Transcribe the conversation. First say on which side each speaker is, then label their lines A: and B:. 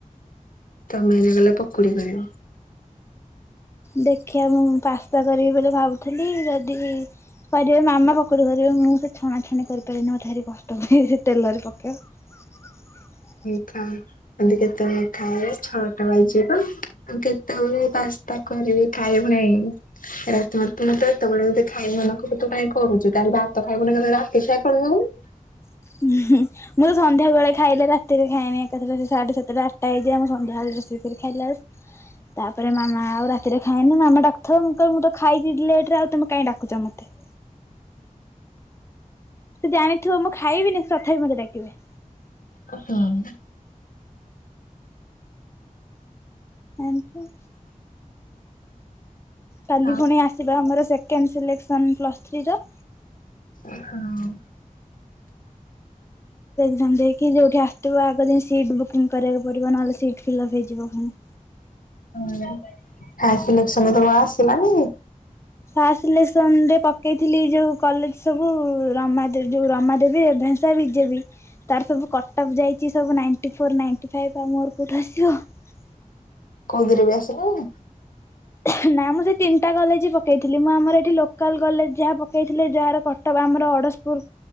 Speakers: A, on the left; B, on the left.
A: ତମେ ଏଇନା ଗଲେ ପକୁଡ଼ି କରିବ।
B: ଦେଖିଆ ମୁଁ ପାସ୍ତା କରିବି ବୋଲି ଭାବୁଥିଲି, ଯଦି କରିବେ ମାମା ପକୁଡି କରିବେ। ମୁଁ ସେ ଛଣାଛଣି କରିପାରିବିନି। ମତେ ଭାରି କ ତେଲରେ ପକେଇବ।
A: ଯଦି କେତେବେଳେ ଖାଇବ ଛଅଟା ବାଜିବ, ଆଉ କେତେବେଳେ ପାସ୍ତା କରି ଖାଇବାକୁ ନାଇଁ। <unintelligible> ମୁଁ ତ ଏତେବେଳେ ଯଦି ଖାଇବ ମନ କ ତୁ କାଇଁ କରୁଛୁ ଭାତ। <unintelligible>
B: <inaudible> ମୁଁ ତ ସନ୍ଧ୍ୟା ବେଳେ ଖାଇଲେ ରାତିରେ ଖାଏନି। ଏକାଥରେ ସେ ସାଢେ ସାତଟା ଆଠଟା ହେଇଯାଏ। ମୁଁ ସନ୍ଧ୍ୟାବେଳେ ରୋଷେଇ କରି ଖାଇଲା ବେଳ କୁ। ହ ତାପରେ ମାମା ଆଉ ରାତିରେ ଖାଇନି ମାମା ଡାକୁଥୁବେ ମୁଁ କହିମି ମୁଁ ତ ଖାଇଚି ଦି- ଲେଟ ରେ ଆଉ ତୋମେ କାଇଁ ଡାକୁଚ ମୋତେ। <inaudible> ସିଏ ଜାଣିଥିବ ମୁଁ ଖାଇବିନି ସେ ତଥାପି ମୋତେ ଡାକିବେ।
A: ଓ, ହୁଁ।
B: ଏମତି। କାଲି
A: ହଁ
B: ପୁଣି ଆସିବ ଆମର ସେକେଣ୍ଡ ସିଲେକ୍ସନ ପ୍ଲସ୍ ଥ୍ରୀ ର।
A: ଓ, ହଁ।
B: ହଁ ଦେଇକି ଯୋଉଠି ଆସିଥିବ ଆଗ ଯାଇ ସିଟ୍ ବୁକିଂ କରିବାକୁ ପଡିବ ନହେଲେ ସିଟ୍ ଫିଲପ୍ ହେଇଯିବ ପୁଣି। ହ <inaudible>
A: ହଁ ଫାଷ୍ଟ ସିଲେକ୍ସନ୍ ତ ମୋ ଆସିଲାନି।
B: ଫାଷ୍ଟ ସିଲେକ୍ସନ ରେ ପକେଇଥିଲି ଯୋଉ କଲେଜ୍ ସବୁ ରମାଦେ ଯୋଉ ରମାଦେବୀ ଏ ଧେ ରେଭେନ୍ସା ବିଜେପି ତାର ସବୁ କଟଅଫ୍ ଯାଇଚି ସବୁ ନାଇଣ୍ଟି ଫୋର୍ ନାଇଣ୍ଟିି ଫାଇପ୍ ଆଉ ମୋର କୋଉଠୁ ଆସିବ। ହ <inaudible>
A: କୋଉଥିରେ ବି ଆସିନି?
B: ହ <inaudible> ନା ମୁଁ ସେଇ ତିନିଟା କଲେଜ୍ ପକେଇଥିଲି। ମୁଁ ଆମର ଏଠି ଲୋକାଲ୍ କଲେଜ୍ ଯାହା ପକେଇଥିଲେ। ଯାହାର କଟ୍ଅପ୍ ଆମର ଅଡ଼ଶପୁର।